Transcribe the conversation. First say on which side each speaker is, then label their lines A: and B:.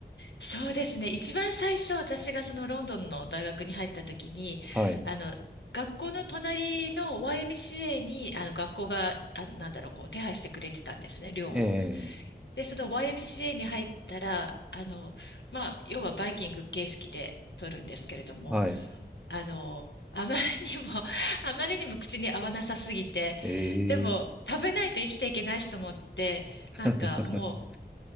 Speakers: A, on the left; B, in the centre.
A: そうですね。一番最初、私がそのロンドンの大学に入った時に、
B: はい。
A: あの、学校の隣の YMCA に、あの、学校が、あの、なんだろう、こう、手配してくれてたんですね、寮を。
B: ええ、
A: で、その YMCA に入ったら、あの、まあ、要はバイキング形式で取るんですけれども、
B: はい。
A: あの、あまりにも <laughs> あまりにも口に合わなさすぎて、
B: え
A: でも食べないと生きていけないしと思って、
B: え。
A: なんかも
B: <laughs>